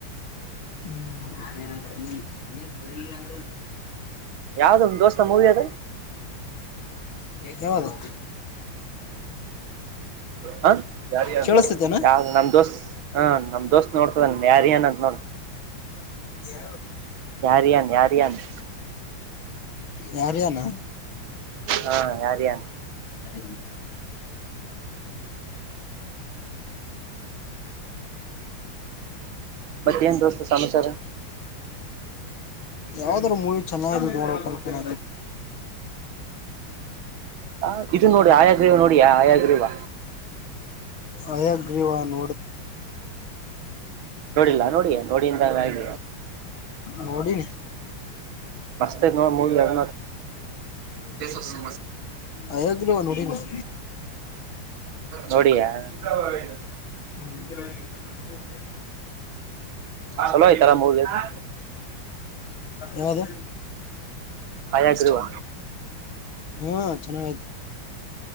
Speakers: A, on the left; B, on the right.
A: ನ ನು ಅಂದ್ರೆ
B: ಯಾವ್ದ ನಮ್ ದೋಸ್ತ ಮೂವಿ ಅದು
A: ಹವದು
B: ಹ ಯ
A: ಕೇಳಸ್ತೇತೇನ
B: ಯ ನಮ ದೋಸ್ತ್ ಹ ನಮ್ ದೋಸ್ತ್ ನೋಡ್ತ ನ್ ಯಾರ ಏನ್ಂತ ನೋಡ
A: ಯ
B: ಯಾರ ಯನ್ ಯಾರ ಯನು
A: ಯಾರ್ಯನಾ
B: ಹಾ ಯಾರ್ಯ
A: ಅ ಅ
B: ಮತ್ತೇನ್ ದೋಸ್ತ ಸಮಾಚಾರ
A: ಯಾವ್ದಾರ ಮೂವಿ ಚೆನ್ನಾಗಿ ನೋಕನ
B: ಆ ಇದು ನೋಡಿ ಆಯಾಗ್ರೀವ ನೋಡಿಯಾ ಆಯಾಗ್ರೀವ
A: ಅಯಗ್ರೀವಾನ್
B: ನೋಡಿಲ್ಲ ನೋಡ ನೋಡಿಂದ ಆಗ
A: ನೋಡಿನಿ
B: ಮಸ್ತೆ ನೋ ಮೂವಿ ಅಗ ಚನ್ನ
A: ಹಯಗ್ರೀವ ನೋಡಿನಿ
B: ನೋಡ ಇದು
A: ಉಗರಾದಗಳು ಕಟ್ಟಬುದು ಒಂದ
B: ಚಲೋ ಆಯ್ತಲ್ಲ ಮೂವಿ ಅದು
A: ಯಾವದು
B: ಆಯಾಗ್ರೀವ
A: ಹಾ ಚೆನ್ನಾಗ ಆಯ್ತ